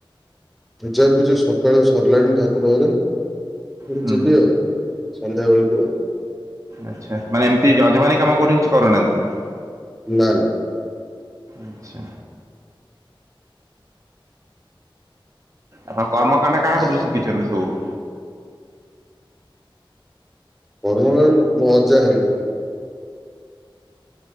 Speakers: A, in the centre; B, on the right.
A: ପୂଜାପୂଜି ସକାଳୁ ସରିଲାଣି ଠାକୁର ଘରେ। ପୁଣି
B: ହୁଁ
A: ଯିବି ଆଉ ସନ୍ଧ୍ୟାବେଳକୁ ଆଉ
B: ଆଚ୍ଛା ମାନେ ଏମିତି ଯଜମାନେ କାମ କୋଉଠି କିଛି କରୁନାହାନ୍ତି?
A: ନା।
B: ଆଚ୍ଛା। ଆପଣ କର୍ମକାଣ୍ଡ କାହା
A: ଆ,
B: କତିରୁ ଶିଖିଚନ୍ତି ସବୁ?
A: କର୍ମକାଣ୍ଡ ମୋ ଅଜା ହେରିକା।